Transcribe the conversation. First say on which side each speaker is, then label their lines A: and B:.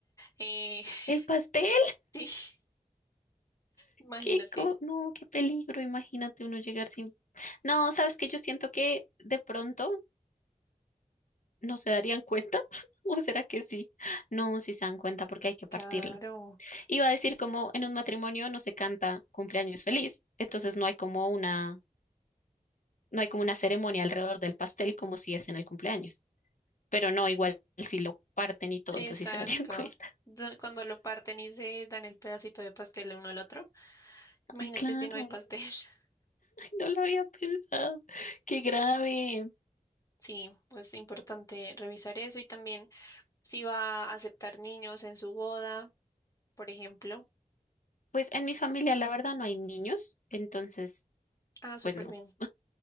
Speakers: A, on the left; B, on the left.
A: Eh, <laughs>
B: El pastel,
A: sí, imagínate.
B: qué co- no, qué peligro, imagínate uno llegar sin. No, sabes que yo siento que de pronto no se darían cuenta, <laughs> o será que sí. No, sí se dan cuenta porque hay que partirlo.
A: Claro,
B: Iba a decir como en un matrimonio no se canta cumpleaños feliz, entonces no hay como una, no hay como una ceremonia alrededor del pastel como si es en el cumpleaños. Pero no, igual si lo parten y todo,
A: exacto.
B: entonces sí se darían <laughs> cuenta.
A: Do- Cuando lo parten y se dan el pedacito de pastel el uno al otro, imagínate
B: Ay, claro.
A: si no hay pastel. <laughs>
B: No lo había pensado. Qué grave.
A: Sí, pues es importante revisar eso y también si va a aceptar niños en su boda, por ejemplo.
B: Pues en mi familia, la verdad, no hay niños, entonces,
A: Ah, súper
B: pues no,
A: bien.
B: <laughs>